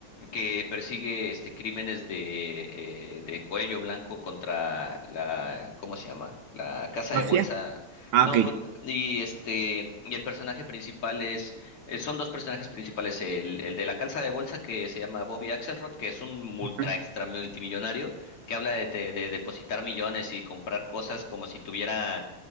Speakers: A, on the left; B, on the right.
A: que persigue este crímenes de, eh, de cuello blanco contra la, ¿cómo se llama? La casa
B: ¿Mafia?
A: de bolsa.
B: Ah,
A: No,
B: ok.
A: co- y este, y el personaje principal es, eh, son dos personajes principales, el, el de la casa de bolsa que se llama Bobby Axelrod, que es un multra
B: Ujú,
A: extra multimillonario, que habla de, te- de depositar millones y comprar cosas como si tuviera